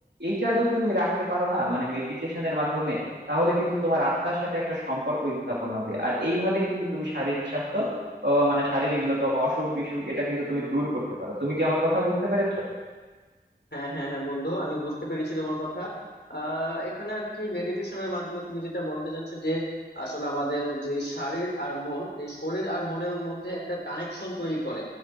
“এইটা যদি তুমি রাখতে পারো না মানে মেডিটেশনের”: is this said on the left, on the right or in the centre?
Right